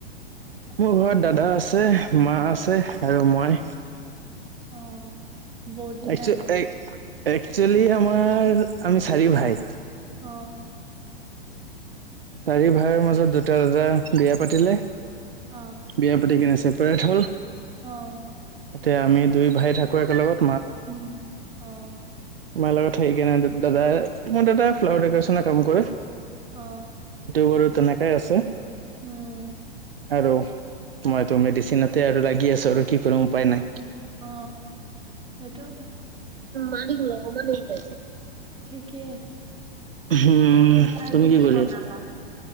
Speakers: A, on the right; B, on the right.
A: মোৰ ঘৰত দাদা আছে, মা আছে আৰু মই।
B: অহ বৌ'টো
A: একচুৱেলি
B: নাই।
A: একচুৱেলি আমাৰ আমি চাৰি ভাই
B: আহ
A: চাৰি ভাইৰ মাজত দুটা দাদা বিয়া পাতিলে।
B: অ
A: বিয়া পাতি কিনে আছে। ত <unintelligible> হ'ল।
B: অ',
A: এতিয়া আমি দুই ভাই থাকোঁ একেলগত।
B: উম, আহ।
A: মায়ে লগত থাক কে নাই দাদা মই দাদা ফ্লাৱাৰ ডেকৰেচনৰ কাম কৰে।
B: আহ,
A: বাৰো তেনেকাই আছে।
B: উম',
A: আৰু মইতো মেডিচিনতে আৰু লাগি আছো। আৰু কি কৰিম উপায় নাই।
B: অ এইটো
A: মানিকল <unintelligible> ম
B: ঠিকেই আছে
A: উম
B: আজি
A: তুমি কি কৰি
B: বনালা?
A: আছা?